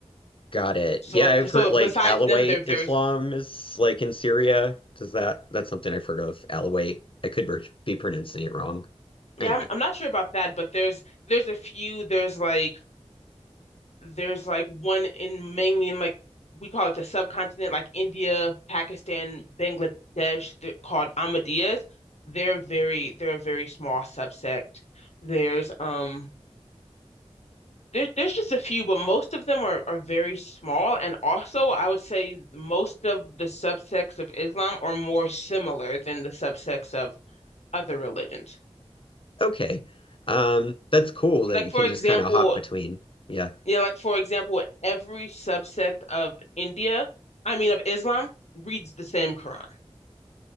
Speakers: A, on the left; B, on the left.
A: Got it.
B: So
A: Yeah, I've
B: so
A: heard like
B: besides
A: Alawite
B: them, they're very
A: Islam is like in Syria. Does that, that's something I've heard of. Alawite. I could be pronouncing it wrong.
B: yeah,
A: Anyway.
B: I'm, I'm not sure about that, but there's there's a few, there's like there's like one in mainly in like we call it the subcontinent, like India, Pakistan, Bangladesh, they're called Ahmadiyas. They're very they're a very small subsect. There's um there, there's just a few, but most of them are, are very small. And also, I would say most of the subsects of Islam are more similar than the subsects of other religions.
A: Okay. Um, that's cool
B: Like,
A: that you
B: for
A: can
B: example,
A: just kind of hop between. Yeah.
B: Yeah, like for example, every subsect of India, I mean of Islam, reads the same Quran.